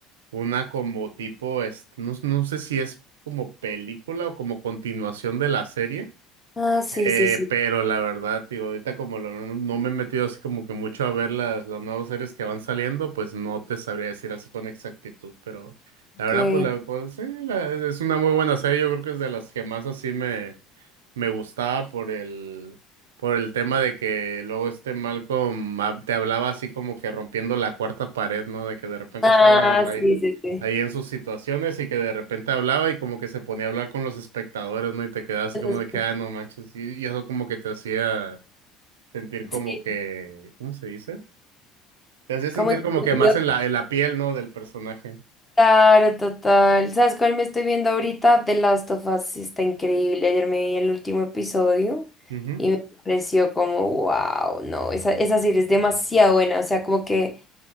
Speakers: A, on the right; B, on the left.
A: una como tipo, este, no, no sé si es como película o como continuación de la serie
B: Ah, sí,
A: Eh,
B: sí, sí.
A: pero la verdad, digo, ahorita como lo- no me he metido así como que mucho a ver las, las nuevas series que van saliendo, pues no te sabría decir así con exactitud, pero la
B: ok.
A: verdad, pues, la, pues sí, la- es, es una muy buena serie, yo creo que es de las que más así me, me gustaba por el, por el tema de que luego este Malcolm hab- te hablaba así como que rompiendo la cuarta pared, ¿no? De que de repente
B: Ah,
A: estaba en ahí,
B: sí, sí, sí.
A: ahí en sus situaciones y que de repente hablaba y como que se ponía a hablar con los espectadores, ¿no? Y te quedaba así
B: Eso
A: como
B: es-
A: de que, ah, no manches. Y, y eso como que te hacía sentir como
B: Sí,
A: que, ¿cómo se dice? Te hacía sentir
B: como incluido.
A: como que más en la, en la piel, ¿no? Del personaje.
B: Claro, total. ¿Sabes cuál me estoy viendo ahorita? The Last of Us. Sí, Está increíble. Ayer me vi el último episodio
A: Ujú,
B: y me pareció como, wow, no, esa, esa serie es demasiado buena. O sea, como que